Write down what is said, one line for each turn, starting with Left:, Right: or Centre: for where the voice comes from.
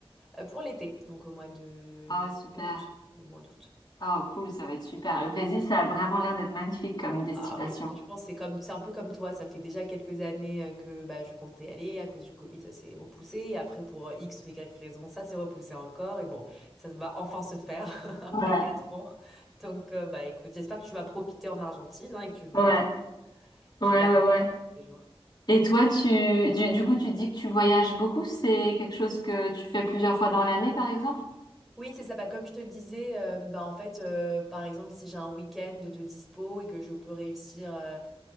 Centre: euh, pour l'été, donc au mois de
Left: Ah,
Centre: ju-
Left: super.
Centre: août, le mois d'août.
Left: Ah, cool, ça va être super. Le Brésil, ça a vraiment l'air d'être magnifique comme destination.
Centre: Ah oui, franchement, c'est comme, c'est un peu comme toi. Ça fait déjà quelques années euh, que bah, je comptais aller. À cause du Covid, ça s'est repoussé. Et après, pour euh, X ou Y raison, ça s'est repoussé encore. Et bon, ça va enfin se faire <laughs> après
Left: Ouais,
Centre: 4 ans. Donc, euh, bah écoute, j'espère que tu vas profiter en Argentine hein, et que tu vas,
Left: ouais, ouais,
Centre: tu vas
Left: ouais,
Centre: apprécier
Left: ouais.
Centre: tous ces jours.
Left: Et toi, tu, du, du coup, tu dis que tu voyages beaucoup. C'est quelque chose que tu fais plusieurs fois dans l'année, par exemple?
Centre: Oui, c'est ça. Bah, comme je te le disais, euh, bah, en fait, euh, par exemple, si j'ai un week-end de dispo et que je peux réussir euh, euh,